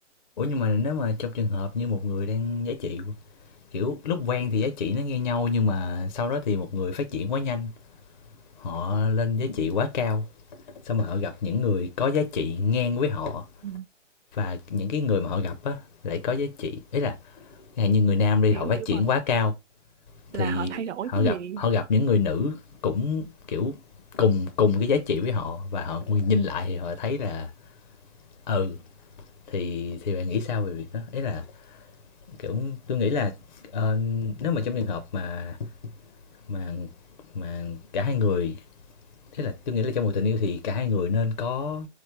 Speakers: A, on the left; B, on the right.
A: Ủa nhưng mà nếu mà trong trường hợp như một người đang giá trị kiểu lúc quen thì giá trị nó ngang nhau nhưng mà sau đó thì một người phát triển quá nhanh, họ lên giá trị quá cao, xong mà họ gặp những người có giá trị ngang với họ
B: Ừ,
A: và những cái người mà họ gặp á lại có giá trị, ý là hay như người nam đi
B: hiểu
A: họ phát
B: hiểu
A: triển
B: rồi
A: quá cao
B: là
A: thì
B: họ thay đổi
A: họ
B: cái
A: gặp
B: gì
A: họ gặp những người nữ cũng kiểu cùng cùng cái giá trị với họ và họ nhìn lại thì họ thấy là ừ thì thì bạn nghĩ sao về việc đó ấy là kiểu tôi nghĩ là ờ, nếu mà trong trường hợp mà mà mà cả hai người thế là tôi nghĩ là trong một tình yêu thì cả hai người nên có